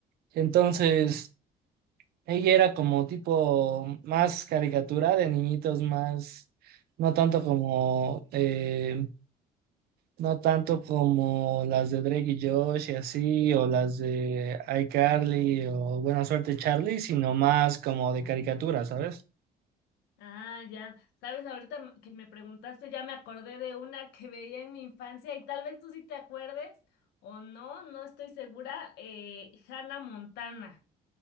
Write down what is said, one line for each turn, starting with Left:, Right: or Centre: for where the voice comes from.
Right: entonces ella era como tipo más caricatura de niñitos, más, no tanto como, eh, No tanto como las de Drake y Josh y así, o las de iCarly o Buena Suerte Charlie, sino más como de caricatura, ¿sabes?
Left: Ah, ya. Sabes, ahorita m- que me preguntaste, ya me acordé de una que veía en mi infancia y tal vez tú sí te acuerdes o no, no estoy segura, eh, Hannah Montana.